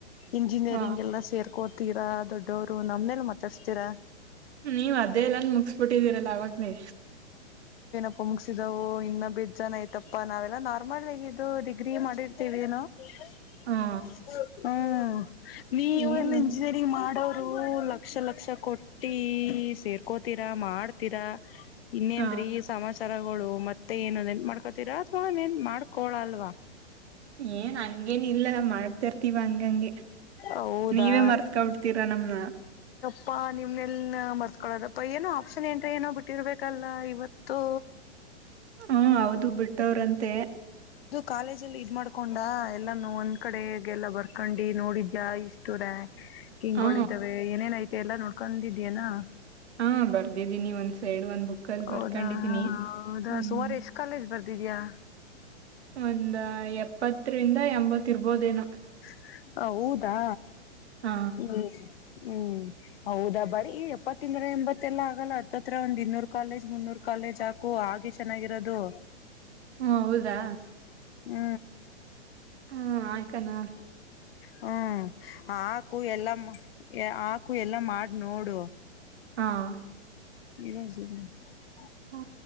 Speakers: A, on the left; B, on the right.
A: ಇಂಜಿನಿಯರಿಂಗ್
B: ಹ
A: ಎಲ್ಲ ಸೇರ್ಕೋತೀರಾ. ದೊಡ್ಡವ್ರು ನಮ್ನೆಲ್ ಮಾತಾಡ್ಸ್ತೀರಾ.
B: ನೀವ್ ಅದೇ ಎಲ್ಲಾ ಮುಗ್ ಸ್ಫುಟಿದ್ದರಲ್ಲವಾಗ್ನೆ
A: ಹ ಮುಗ್ಸಿದವು ಇನ್ನ ಬಿಜ್ಜಾನ್ ಐತಪ್ಪಾ ನಾವೆಲ್ಲ ನಾರ್ಮಲ್ಗ ಇದು ಡಿಗ್ರಿ ಮಾಡಿರ್ತೀವಿನೊ. ಓಕೆ
B: ಹ
A: ಹ್ಮ್ ನೀವು
B: ಏನು
A: ಎಲ್ಲ ಇಂಜಿನಿಯರಿಂಗ್ ಮಾಡೋ ದು ಲಕ್ಷ ಲಕ್ಷ ಕೊಟ್ಟಿ ಸೇರ್ಕೋತಿ ಯ ಮಾಡ್ತೀರಾ. ಇನ್ನೇನ್ರಿ
B: ಹ
A: ಸಮಾಚಾರಗಳು ಮತ್ ತ್ತೆ ಏನು ಮಾಡ್ಕೋತೀರಾ ಅಥವಾ ನೆನ್ ಮಾಡ್ಕೊಳ್ಲ್ವಾ
B: <unintelligible> ನನ್ಗೇನ್ ಇಲ್ಲ ಮಾಡ್ತರ್ ತಿವಾ ಹಂಗಂಗೆ
A: ಹೌದಾ
B: ನೀವೇ ಮರ್ತ್ಕೊಬಿಡ್ತೀರಾ ನಮ್ನ.
A: ಪ್ಪಾ ನಿಮ್ನೆಲ್ ಮರ್ಸ್ಕೊಳೋದಪ್ಪ ಏನೋ ಆಪ್ಷನ್ ಎಂಟ್ರಿ ಏನೋ ಬಿಟ್ಟಿರ್ಬೇಕಲ್ಲ ಇವತ್ತು.
B: ಹ್ಮ ಹೌದು ಬಿಟ್ಟವ್ರಂತೆ.
A: ಕಾಲೇಜ್ ಅಲ್ಲಿ ಇದ್ ಮಾಡ್ಕೊಂಡ ಎಲ್ಲಾನು ಒಂದ್ ಕಡೆಗೆಲ್ಲ ಬರ್ಕ್ ಕಂಡಿ ನೋಡಿದ್ಯಾ ಇಷ್ಟುರ. ಹಿಂಗಗಳಿದ್ದಾವೆ
B: ಹ
A: ಏನೇನೈತಿ, ಎಲ್ಲಾ ನೋಡಿಕೊಂಡಿದ್ದೇನ
B: ಹಾ ಬರ್ದಿದ್ದೀನಿ ಒಂದ್ ಸೈಡ್ ಒಂದ್, ಬುಕ್ ಅಲ್ಲಿ
A: ಹೌದಾ
B: ಬರ್ಕೊಂಡಿದೀನಿ
A: ಹೌದ
B: ಹ್ಮ್
A: ಸುಮಾರು ಎಷ್ಟ ಕಾಲೇಜ ಬರ್ದಿ, ದಿದೆಯಾ
B: ಒಂದ್ ಎಪ್ಪತ್ತರಿಂದ ಎಂಬತ್ತ ಇರ್ಬೋದೇನ,
A: <unintelligible> ಹೌದಾ
B: ಹ
A: ಹು <unintelligible> ಹು ಹೌದಾ ಬರೀ ಎಪ್ಪತ್ತಿಂದ, <unintelligible> ಬೇರೆ ಎಂಬತ್ತ ಎಲ್ಲ ಆಗಲ್ಲ ಹತ್ತತ್ರ ಒಂದ್ ಇನ್ನೂರ್ ಕಾಲೇಜ್ ಮುನ್ನೂರ್ ಕಾಲೇಜ್ ಹಾಕು ಹಾಗೆ ಚೆನ್ನಾಗಿರೋದು.
B: ಹ ಹೌದಾ.
A: ಹೂ
B: ಹ ಹಾಕ ಚನ್ನ,
A: ಹ <unintelligible> ಹಾಕು ಎಲ್ಲ ಮ ಯ ಹಾಕ, ಹಾಕು ಎಲ್ಲಾ ಮಾಡ ನೋಡು,
B: ಹಾ <unintelligible>
A: ಇರು ಜಗ, <unintelligible>
B: ಹ